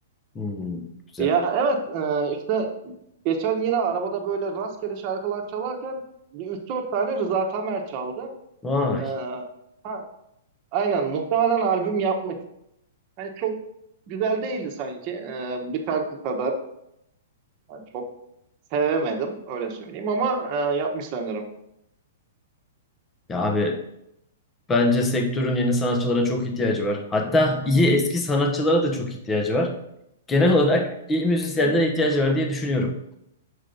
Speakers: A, on the left; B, on the right.
A: Hmm, güzel.
B: Ya evet e, işte geçen yine arabada böyle rastgele şarkılar çalarken bir üç dört tane Rıza Tamer çaldı.
A: Vay.
B: E, ha, aynen muhtemelen albüm yapmış. Yani çok güzel değildi sanki. E, bir şarkı kadar yani çok sevemedim öyle söyleyeyim ama e, yapmış sanırım.
A: Ya abi bence sektörün yeni sanatçılara çok ihtiyacı var. Hatta iyi eski sanatçılara da çok ihtiyacı var. Genel olarak iyi
B: Kesinlikle.
A: müzisyenlere ihtiyacı var diye düşünüyorum.